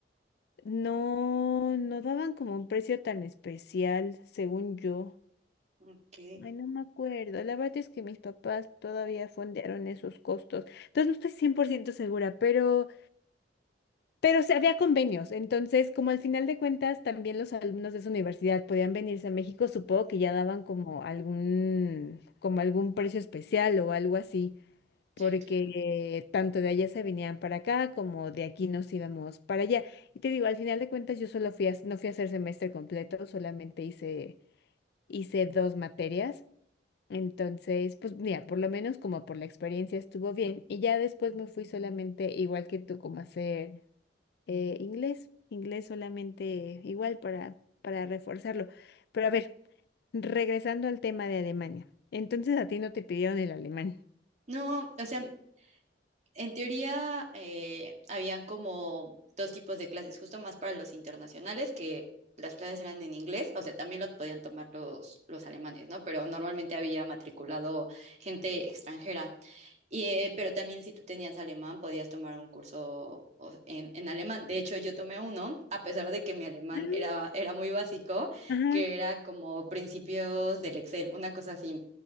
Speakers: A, on the left (about 60°); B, on the right (about 40°).
A: No, no daban como un precio tan especial, según yo.
B: Ok,
A: Ay, no me acuerdo. La verdad es que mis papás todavía fondearon esos costos. Entonces no estoy 100% segura, pero, pero se había convenios. Entonces, como al final de cuentas también los alumnos de esa universidad podían venirse a México, supongo que ya daban como algún, como algún precio especial o algo así porque
B: sí, claro.
A: tanto de allá se venían para acá como de aquí nos íbamos para allá. Y te digo, al final de cuentas yo solo fui a, no fui a hacer semestre completo, solamente hice, hice dos materias. Entonces, pues mira, por lo menos como por la experiencia estuvo bien y ya después me fui solamente igual que tú como a hacer eh, inglés, inglés solamente igual para, para reforzarlo. Pero a ver, regresando al tema de Alemania. Entonces a ti no te pidieron el alemán.
B: No, o sea, en teoría eh, había como dos tipos de clases, justo más para los internacionales, que las clases eran en inglés, o sea, también lo podían tomar los, los alemanes, ¿no? Pero normalmente había matriculado gente extranjera. Y, eh, pero también si tú tenías alemán, podías tomar un curso o- en, en alemán. De hecho, yo tomé uno, a pesar de que mi alemán
A: Ah,
B: era, era muy básico,
A: Ajá.
B: que era como principios del Excel, una cosa así.